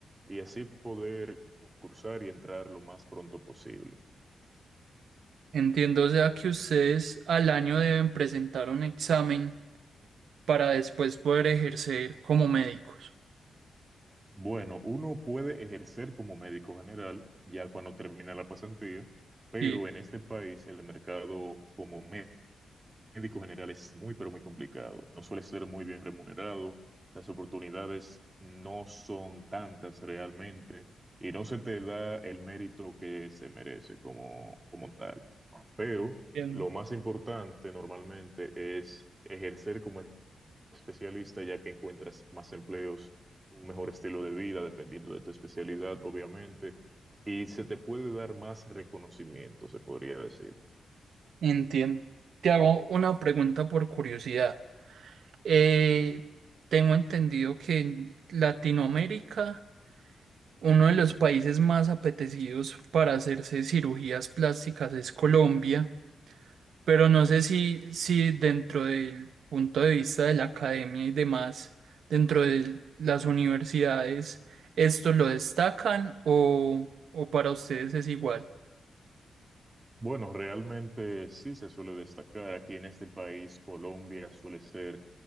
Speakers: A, on the right; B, on the right.
A: y así poder concursar y entrar lo más pronto posible.
B: Entiendo, o sea, que ustedes al año deben presentar un examen para después poder ejercer como médicos.
A: Bueno, uno puede ejercer como médico general ya cuando termina la pasantía, pero
B: Sí,
A: en este país el mercado como médico médico general es muy, pero muy complicado. No suele ser muy bien remunerado. Las oportunidades no son tantas realmente y no se te da el mérito que se merece como, como tal. Pero
B: bien,
A: lo más importante normalmente es ejercer como especialista ya que encuentras más empleos, un mejor estilo de vida, dependiendo de tu especialidad, obviamente, y se te puede dar más reconocimiento, se podría decir.
B: entiendo. Te hago una pregunta por curiosidad. Eh, tengo entendido que en Latinoamérica, uno de los países más apetecidos para hacerse cirugías plásticas es Colombia, pero no sé si, si dentro del punto de vista de la academia y demás, dentro de las universidades, ¿esto lo destacan o, o para ustedes es igual?
A: Bueno, realmente sí se suele destacar aquí en este país, Colombia suele ser